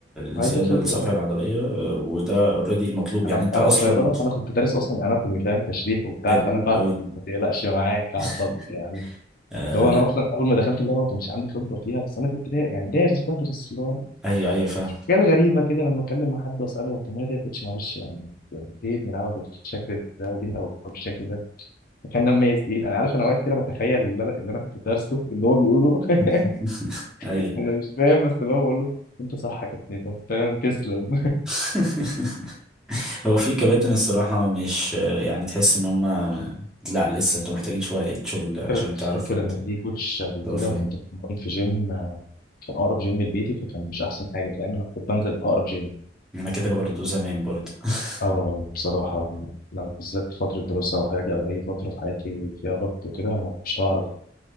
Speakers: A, in the centre; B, on the left.
A: الزيادة
B: هايبرتروفي
A: الصافية
B: اه
A: العضلية آه، وده اوريدي المطلوب
B: أنا
A: يعني
B: في...
A: أنت
B: أنا
A: أصلا
B: في صيدلة فأنا كنت دارس أصلا أناتومي فاهم تشريح وبتاع
A: ده
B: فأنا
A: جامد
B: فاهم
A: أوي
B: ما تقلقش معاك
A: <laughs>
B: على الخط يعني
A: آه،
B: اللي هو أنا أصلا أول ما دخلت اللعبة ما كانش عندي خبرة فيها بس أنا كنت دا... يعني دارس بدرس اللي هو
A: أيوه أيوه فاهم
B: حاجات غريبة كده لما أتكلم مع حد وأسأله هو التمرينة دي يا كوتش معلش يعني ليه بنلعبها بالشكل ده وليه بنلعبها بالشكل ده؟ فكان لما يس- إيه أنا عارف أنا واقف كده بتخيل اللي أنا اللي أنا كنت دارسه اللي هو بيقوله <laughs>
A: <laughs> أيوه
B: أنا مش فاهم بس اللي هو بقول له أنت صح يا كابتن طب تمام تسلم
A: <laughs> هو في كباتن الصراحة مش آه، يعني تحس إن هما لا لسه أنتوا محتاجين شوية إيه، شغل عشان
B: فاكر
A: تعرفوا
B: فاكر
A: ت-
B: إن في كوتش قبل
A: توقفوهم
B: كده كنت بتمرن في جيم آه، كان أقرب جيم لبيتي فكان مش أحسن حاجة فاهم أنا كنت بنزل أقرب جيم
A: أنا كده برضه زمان برضه <laughs>
B: أه بصراحة لو بالذات في فترة دراسة أو حاجة أو أي فترة في حياتي فيها ضغط وكده أنا مش هعرف